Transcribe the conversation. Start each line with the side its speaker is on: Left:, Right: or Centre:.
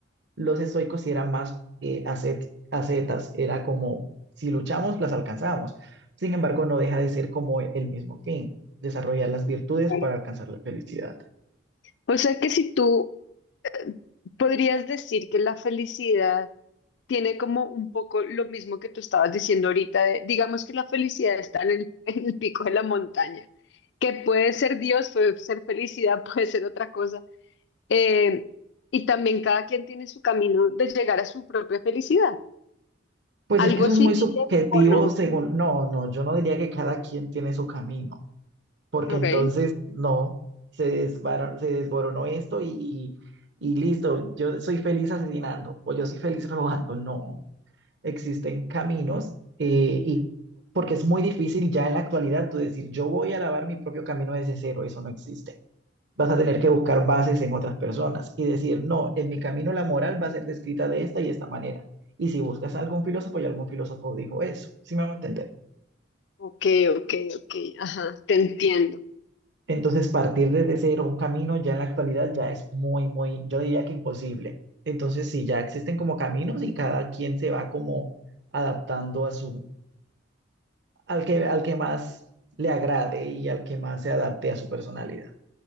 Right: los estoicos sí eran más eh, ascet- ascetas, era como si luchamos, las alcanzamos. Sin embargo, no deja de ser como el mismo fin, desarrollar las virtudes
Left: Claro.
Right: para alcanzar la felicidad.
Left: O sea que si tú eh, podrías decir que la felicidad tiene como un poco lo mismo que tú estabas diciendo ahorita, de- digamos que la felicidad está en el, <laughs> en el pico de la montaña, que puede ser Dios, puede ser felicidad, <laughs> puede ser otra cosa, eh, y también cada quien tiene su camino de llegar a su propia felicidad.
Right: Pues
Left: ¿Algo
Right: es que eso
Left: así
Right: es muy
Left: dirías
Right: subjetivo
Left: o no?
Right: según, no, no, yo no diría que cada quien tiene su camino, porque
Left: Ok,
Right: entonces no, se desbar- se desboronó esto y, y, y listo, yo soy feliz asesinando o yo soy feliz <laughs> robando, no. existen caminos eh, y porque es muy difícil ya en la actualidad tú decir, yo voy a lavar mi propio camino desde cero, eso no existe. Vas a tener que buscar bases en otras personas y decir, no, en mi camino la moral va a ser descrita de esta y esta manera. Y si buscas a algún filósofo, y algún filósofo dijo eso, ¿sí me van a entender?
Left: ok, ok, ok, ajá, te entiendo.
Right: Entonces, partir desde cero un camino ya en la actualidad ya es muy, muy, yo diría que imposible. Entonces, sí, ya existen como caminos y cada quien se va como adaptando a su, al que, al que más le agrade y al que más se adapte a su personalidad.